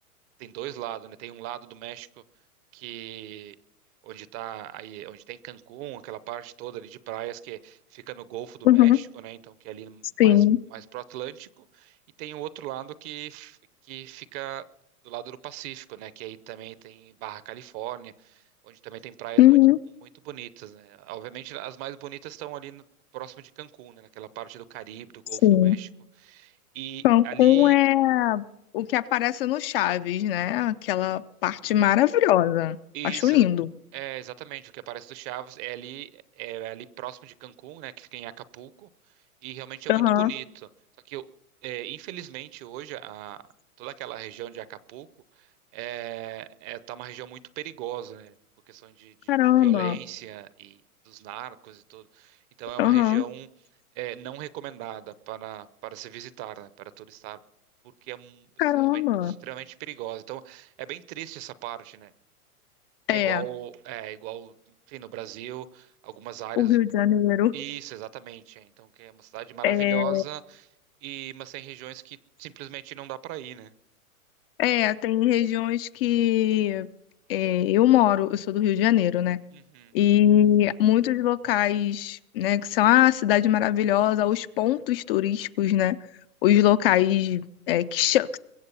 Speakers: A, on the right; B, on the left.
A: tem dois lados, né? Tem um lado do México que onde tá aí, onde tem Cancún, aquela parte toda ali de praias que fica no Golfo do
B: uhum,
A: México, né? Então que é ali
B: sim,
A: mais mais pro Atlântico, e tem o outro lado que f- que fica do lado do Pacífico, né? Que aí também tem Barra Califórnia, onde também tem praias
B: uhum,
A: muito muito bonitas, né? Obviamente as mais bonitas estão ali no- próximo de Cancún, né? Naquela parte do Caribe, do Golfo
B: sim.
A: do México. E
B: Cancún
A: ali
B: é o que aparece no Chaves, né? Aquela parte maravilhosa.
A: Isso,
B: Acho lindo.
A: é exatamente o que aparece do Chaves. É ali, é ali próximo de Cancún, né, que fica em Acapulco, e realmente é
B: Aham,
A: muito bonito. Só que, eu- é, infelizmente, hoje a- toda aquela região de Acapulco é, é- tá uma região muito perigosa, né, por questão de, de,
B: caramba,
A: de violência e dos narcos e tudo. Então, é uma
B: aham,
A: região é, não recomendada para, para se visitar, né, para turistar, porque é, mu-
B: caramba.
A: realmente extremamente perigosa. Então, é bem triste essa parte, né? É
B: É,
A: igual, é igual, enfim, no Brasil, algumas áreas.
B: o Rio de Janeiro.
A: Isso, exatamente. é. Então, que é uma cidade maravilhosa
B: É,
A: e mas tem regiões que simplesmente não dá para ir, né?
B: é, tem regiões que é, eu moro, eu sou do Rio de Janeiro, né?
A: Uhum,
B: E muitos locais, né, que são a cidade maravilhosa, os pontos turísticos, né? Os locais é, que, cha-